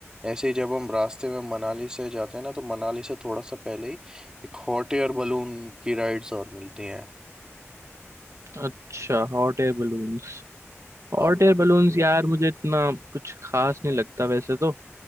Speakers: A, on the right; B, on the right.
A: ऐसे ही जब हम रास्ते में मनाली से जाते हैं ना तो मनाली से थोड़ा सा पहले ही एक हॉट एयर बलून की राइड्स और मिलती हैं
B: अच्छा hot air balloons
A: आप
B: Hot air balloons यार मुझे इतना कुछ खास नहीं लगता वैसे तो